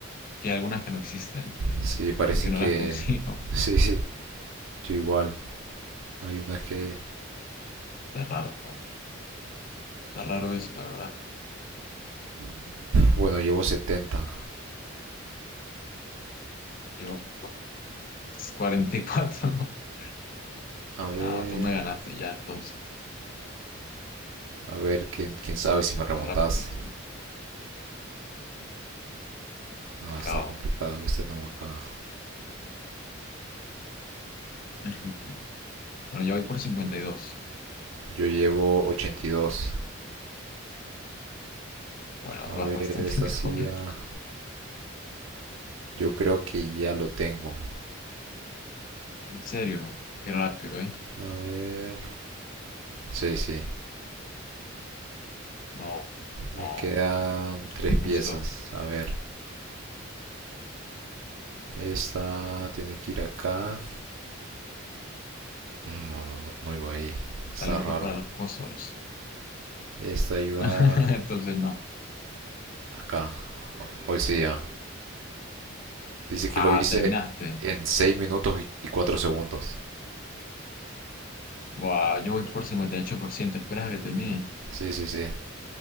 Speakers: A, on the left; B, on the right.
A: que hay algunas que no existen,
B: Sí, parecen
A: porque no
B: que...
A: las <laughs> consigo.
B: <laughs> Sí, sí. Yo igual. Hay unas que...
A: Está raro. Está raro eso, la verdad.
B: Bueno, llevo setenta
A: Yo, 44. <laughs>
B: A ver,
A: Ah, tú me ganaste ya, entonces.
B: a ver, quién, quién sabe si me remontas.
A: Muy rápido, tú.
B: Ah,
A: Al cabo.
B: está complicado este no acá.
A: <laughs> Bueno, ya voy por cincuenta y dos
B: Yo llevo 82.
A: Bueno,
B: A
A: va
B: ver,
A: bastante
B: esta
A: <laughs> mejor.
B: silla. Yo creo que ya lo tengo.
A: En serio, qué rápido, ¿eh?
B: A ver. Sí, sí.
A: No,
B: Me
A: no,
B: quedan tres
A: injusto.
B: piezas. A ver. Esta tiene que ir acá. No, no, no, no iba ahí. Está
A: Talentos
B: raro.
A: para los cosos.
B: Esta iba
A: <laughs> Entonces, no.
B: acá. Hoy sí ya. Dice que
A: Ah,
B: lo hice
A: terminaste.
B: en 6 minutos y 4 segundos.
A: Buah, yo voy por cincuenta y ocho por ciento ¿Esperas a que termine?
B: Sí, sí, sí.